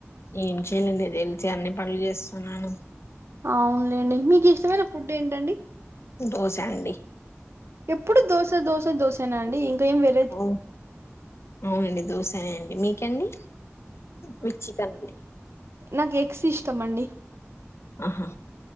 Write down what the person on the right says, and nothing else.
ఆవునులేండి మీకిష్టమైన ఫుడ్ ఏంటండి
ఎప్పుడు దోశ దోశ దోసేనాండి ఇంకేం వెర్
నాక్ ఎక్స్ ఇష్టమండి